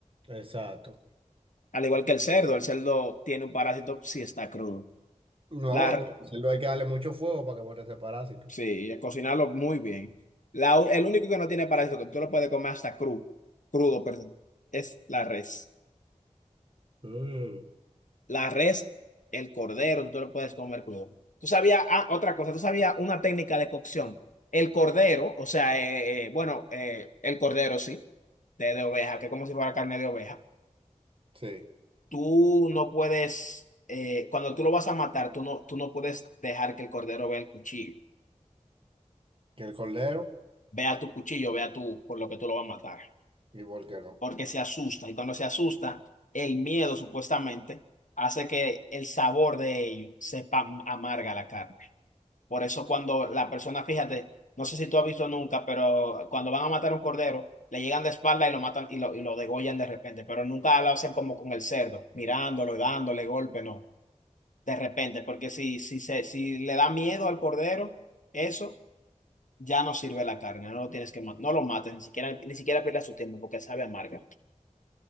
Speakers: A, on the right; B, on the left.
A: Exacto.
B: Al igual que el cerdo, el cerdo tiene un parásito si está crudo.
A: No,
B: La,
A: pero solo hay que darle mucho fuego para que bote ese parásito.
B: sí, cocinarlo muy bien. La, el único que no tiene parásito, que tú lo puedes comer hasta crudo, crudo, perdón, es la res.
A: Mm.
B: La res, el cordero, tú lo puedes comer crudo. Tú sabías, ah, otra cosa, tú sabías una técnica de cocción. El cordero, o sea, eh, eh, bueno, eh, el cordero, sí. de, de oveja, que es como si fuera carne de oveja,
A: Sí,
B: tú no puedes, eh, cuando tú lo vas a matar, tú no, tú no puedes dejar que el cordero vea el cuchillo,
A: que el cordero
B: vea tu cuchillo, vea tu, por lo que tú lo vas a matar,
A: y por qué no.
B: porque se asusta. Y cuando se asusta, el miedo supuestamente hace que el sabor de ello sepa amarga la carne. Por eso cuando la persona, fíjate, no sé si tú has visto nunca, pero cuando van a matar a un cordero, le llegan de espalda y lo matan y lo, y lo degollan de repente, pero nunca lo hacen como con el cerdo, mirándolo y dándole golpe, no, de repente, porque si, si, se, si le da miedo al cordero, eso ya no sirve la carne, no lo tienes que matar, no lo mates, ni siquiera, ni siquiera pierdas su tiempo porque sabe amarga.